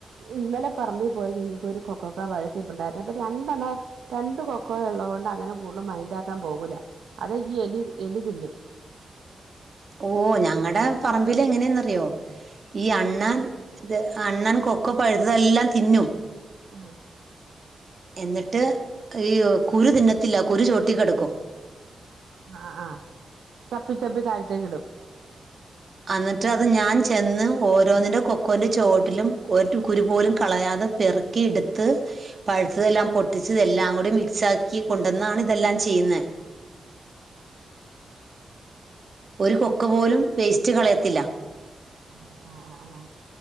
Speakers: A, on the right; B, on the right.
A: ഇന്നലെ പറമ്പിൽ പോയി കഴിഞ്ഞപ്പോ ഒരു കൊക്കോക്കാ പഴുത്ത് നിപ്പുണ്ടാരുന്നു അപ്പൊ രണ്ടെണ് രണ്ട് കൊക്കോ ഒള്ള കൊ ണ്ട് അങ്ങനെ കൂട്ളും മൈന്റ് ആക്കാൻ പോകൂലാ അത് ഈ എലി എലി തിന്നും
B: ഓ ഞങ്ങടെ പറമ്പില് എങ്ങനേന്നറിയോ ഈ അണ്ണാൻ ഇത് അണ്ണാൻ കൊക്കോ പഴുത്തതെല്ലാം തിന്നും
A: ആഹ്
B: എന്നിട്ട് ഈ കുരു തിന്നത്തില്ല കുരു ചോട്ടി കെടക്കും
A: ആ ആ ആഹ് ചപ്പി ചപ്പി താഴത്തേക്ക് ഇടും
B: അന്നിട്ട് അത് ഞാൻ ച് ചെന്ന് ഓരോന്നിന്റെ കൊക്കോന്റെ ചോട്ടിലും ഒരു കുരു പോലും കളയാതെ പെറുക്കി എടുത്ത് പഴുത്തതെല്ലാം പൊട്ടിച്ച് എല്ലാം കൂടി മിക്സ് ആക്കി കൊണ്ടന്നാണ് ഇതെല്ലാം ചെയ്യുന്നേ ഒരു കൊക്കൊ പോലും വേസ്റ്റ് കളയത്തില്ല
A: ഒ ആ ആ ആ